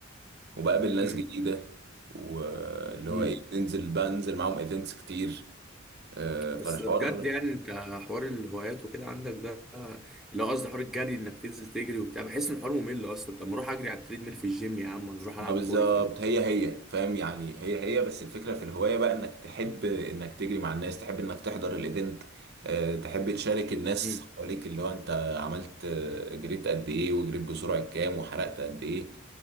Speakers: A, on the right; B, in the centre.
A: وبقابل ناس
B: امم
A: جديدة واللي
B: امم
A: هو ايه بننزل بنزل معاهم ايفنتس كتير آه،
B: بس
A: فالحوار
B: ده بجد يعني انت حوار الهوايات وكده عندك ده اللي هو قصدي حوار الجري انك تنزل تجري وبتاع بحس ان الحوار ممل اصلا طب ما اروح اجري على التريد ميل في الجيم يا عم ولا اروح
A: ما
B: العب
A: بالظبط
B: كورة فاهم
A: هي هي فاهم يعني هي هي بس الفكرة في الهواية بقى انك تحب انك تجري مع الناس تحب انك تحضر الايفنت آه، تحب تشارك الناس
B: امم
A: حواليك اللي هو انت عملت آه، جريت قد ايه وجريت بسرعة كام وحرقت قد ايه